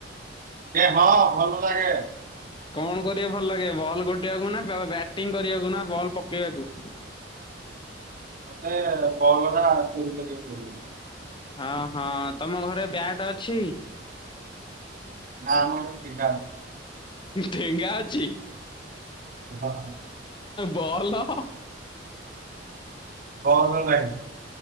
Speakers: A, on the right; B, on the left.
A: ଇରେ ହଁ ଭଲ ଲାଗେ।
B: କଣ କରିଆକୁ ଭଲ ଲାଗେ ବଲ୍ ଗୋଟେଇବାକୁ ନା ବ୍ୟାଟିଂ କରିବାକୁ ନା ବଲ୍ ପକେଇବାକୁ?
A: ମତେ ବଲ ଟା ଚୋରି କରିବାକୁ ଭଲଲାଗେ।
B: ହଁ ହଁ ତମ ଘରେ ବ୍ୟାଟ ଅଛି?
A: ନା ଆମର ଠେଙ୍ଗା ଅଛି।
B: ଠେଙ୍ଗା ଅଛି?
A: ହଁ।
B: ବଲ?
A: ବଲ ନାହିଁ।